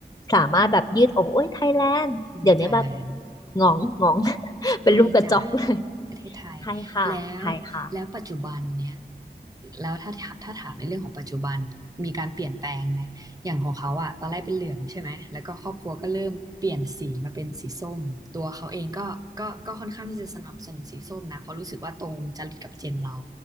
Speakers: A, on the left; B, on the right.
A: สามารถแบบยืดอกโอ้ยไทยแลนด์เดี๋ยวนี้แบบ
B: อืมไทยแลนด์
A: หงองหงอง <laughs> เป็นรูปกระจอกเลย
B: ไทยจ้ะประเทศไทยแล้วแล้วปัจจุบันเนี้ย
A: ไทยค่ะไทยค่ะ
B: แล้วถ้าถ้าถามในเรื่องของปัจจุบันน่ะมีการเปลี่ยนแปลงไหมอย่างของเขาอะตอนแรกเป็นเหลืองใช่ไหมแล้วก็ครอบครัวก็เริ่มเปลี่ยนสีมาเป็นสีส้มตัวเขาเองก็ก็ก็ค่อนข้างที่จะสนับสนุนสีส้มนะเพราะรู้สึกว่าตรงจริตกับเจนเรา